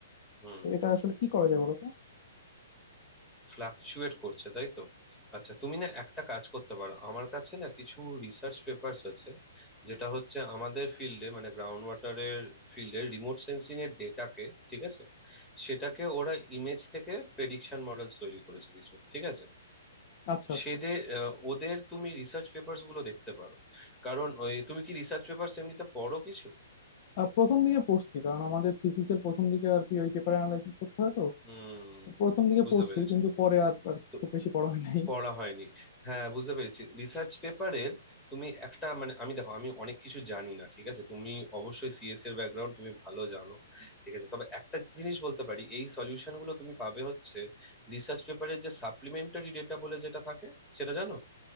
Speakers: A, in the centre; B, on the left.
A: হুম
B: তো এটা আসলে কি করা যায় বলো তো
A: ফ্লাকচুয়েট করছে তাই তো আচ্ছা তুমি না একটা কাজ করতে পারো আমার কাছে না কিছু রিসার্চ পেপার্স আছে যেটা হচ্ছে আমাদের ফিল্ডে মানে গ্রাউন্ড ওয়াটারের ফিল্ডে রিমোট সেন্সিং এর ডেটাকে ঠিক আছে সেটাকে ওরা ইমেজ থেকে প্রেডিকশন মডেলস তৈরি করেছে কিছু ঠিক আছে
B: আচ্ছা আচ্ছা
A: সেদের আহ, ওদের তুমি রিসার্চ পেপার্স গুলো দেখতে পারো কারণ ওই তুমি কি রিসার্চ পেপার্স এমনিতে পড়ো কিছু
B: আহ, প্রথম দিকে পড়ছি কারণ আমাদের থিসিসের প্রথম দিকে আর কি ওই পেপার অ্যানালাইসিস করতে হয় তো
A: হুম
B: প্রথম দিকে
A: বুঝতে
B: পড়ছি
A: পেরেছি
B: কিন্তু পরে আর আর
A: তো
B: খুব বেশি পড়া হয় নাই
A: পড়া হয়নি হ্যাঁ বুঝতে পেরেছি রিসার্চ পেপারের তুমি একটা মানে আমি দেখো আমি অনেক কিছু জানি না ঠিক আছে তুমি অবশ্যই সিএস এর ব্যাকগ্রাউন্ড তুমি ভালো জানো ঠিক আছে তবে একটা জিনিস বলতে পারি এই সলিউশন গুলো তুমি পাবে হচ্ছে রিসার্চ পেপারের যে সাপ্লিমেন্টারি ডেটা বলে যেটা থাকে সেটা জানো